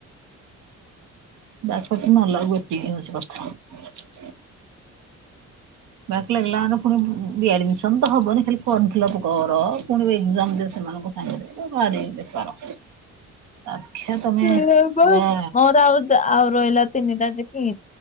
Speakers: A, on the right (about 80°); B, on the left (about 25°).
A: ଯକପତି ନଲାକୁ ଏତିକି ହଉଛି କଥା ବ୍ୟାକ୍ ଲାଗିଲା ପୁଣି ରିଆଡମିସନ ତ ହବନି ଖାଲି ଫର୍ମ ଫିଲପ କର ପୁଣି ଏଜାମ ଦ ସେମାନ ସାଙ୍ଗ ବାହାର ବେପାର ଆଚ୍ଛ୍ଵା ତମେ
B: ଶୋଇବା
A: ପୁରା
B: ବା ମୋର ଆଉ ଆଉ ରଇଲା ତିନିଟା ଜିପି